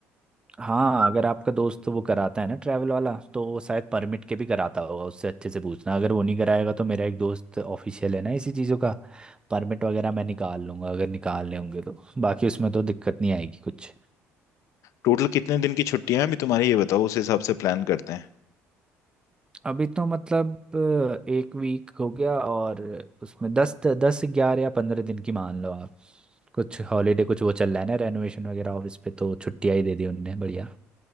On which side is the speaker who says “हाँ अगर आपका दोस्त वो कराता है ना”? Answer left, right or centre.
Right